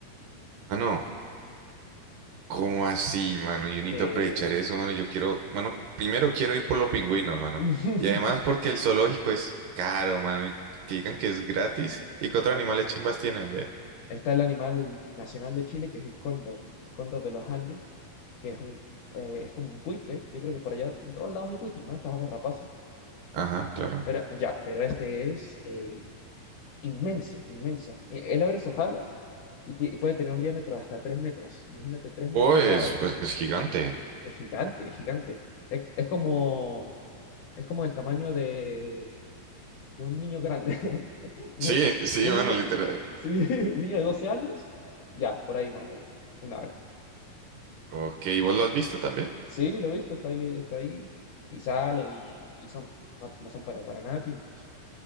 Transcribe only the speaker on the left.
Sí.
<laughs>
Gratis.
Está el animal nacional de Chile, que es el cóndor, el cóndor de los Andes, que es un, eh, es como un buitre. Yo creo que por allá en todos lados hay buitres, ¿no? Estas aves rapaces.
Pero ya, pero este es eh, inmenso, inmenso. E- Él abre sus alas y ti- puede tener un diámetro de hasta 3 metros. Imagínate, 3 metros
de ave.
Es gigante, es gigante. Es, es como, es como el tamaño de, de un niño grande. <laughs> Imagínate
tú,
un
niño,
sí, <laughs> un niño de 12 años, ya, por ahí más o menos, un ave.
Sí, lo he visto, está ahí, está ahí, y salen y, y son, no, no son para, para nada tímidos.